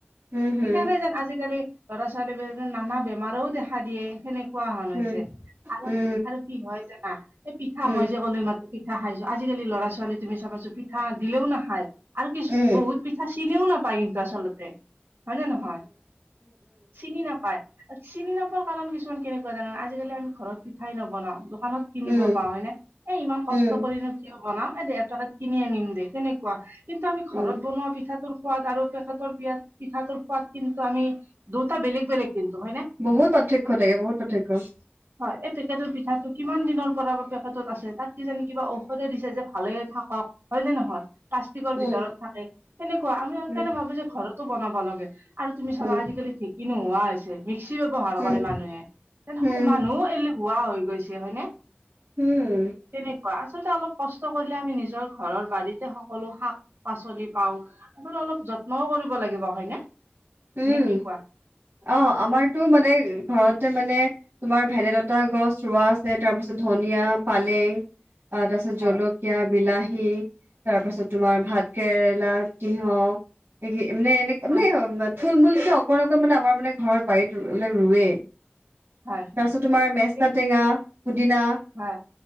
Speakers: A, on the right; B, on the right.
A: উম হম
B: সেইকাণে যেন আজিকালি ল'ৰা-ছোৱালী <unintelligible> নানা বেমাৰেও দেখা দিয়ে। সেনেকুৱা হন হৈছে
A: উম
B: আৰু
A: উম উম
B: আৰু কি হয় জানা এই পিঠা
A: উম
B: মই যে কলো এই মাতো পিঠা খাইছো আজিকালি ল'ৰা ছোৱালী তুমি চাবাইছো পিঠা দিলেও নাখায় আৰু কিছু
A: উম উম
B: বহুত পিঠা চিনিও নাপায় কিন্তু আচলতে হয় নে নহয় চিনি নাপায়। চিনি নাপোৱাৰ কাৰণ কিছুমান কেনেকুৱা জানো আজিকালি আমি ঘৰত পিঠাই নবনাও দোকানত কিনিব
A: উম উম
B: পাওঁ হয় নে এ ইমান কষ্ট
A: উম
B: কৰিনো কিয় বনাও এ দে এপাকেত কিনি আনিম দে তেনেকুৱা। কিন্তু আমি ঘৰত
A: উম
B: বনোৱা পিঠাটোৰ সোৱাদ আৰু পেকেতৰ পিয়াত পিঠাটোৰ সোৱাদ কিন্তু আমি দুটা বেলেগ বেলেগ কিন্তু হয় নে?
A: বহুত পাৰ্থক্য থাকে বহুত পাৰ্থক্য।
B: হয় এই পেকেটৰ পিঠাটো কিমান দিনৰ পৰা বা পেকেটত আছে তাত কি জানি কিবা, ঔষধ দিছে যে ভালে থাকক, হয় নে নহয়। প্লাষ্টিকৰ ভিতৰত
A: উম
B: থাকে, তেনেকুৱা আমি সেইকাৰণে
A: উম
B: ভাবিছো যে ঘৰতো বনাব লাগে। আৰু তুমি চাবা,
A: উম
B: আজিকালি ধেকি নোহোৱা হৈ মিক্সি ব্যৱহাৰ
A: উম
B: কৰে মানুহে,
A: উম
B: মানুহ এলে হুৱোৱা হৈ গৈছে হয়নে।
A: উম উম
B: তেনে আচলতে অলপ কষ্ট কৰিলে আমি নিজৰ ঘৰৰ বাৰীতে, সকলো শাক পাচলি পাওঁ। আচল, অলপ যত্নও কৰিব লাগিব, হয়নে?
A: উম,
B: নে কি কোৱা
A: অ, আমাৰতো মানে ঘৰতে মানে তোমাৰ ভেদাইলতা গছ ৰোৱা আছে, তাৰপিছত ধনিয়া পালেং আহ, তাৰপিছত
B: হয়
A: জলক কীয়া, বিলাহী তাৰপাছত তোমাৰ ভাত কেৰেলা তিয়হ। মানে এনেকে
B: হয়
A: মানে থুল মূুলকে অকণ, অকণ, মানে আমাৰ মানে ঘৰত, বাৰীতে ৰুৱে।
B: হয় হয়
A: তাৰপিছত তোমাৰ মেচাটা,
B: ঠিকেই
A: টেঙা পুদিনা।
B: হয়,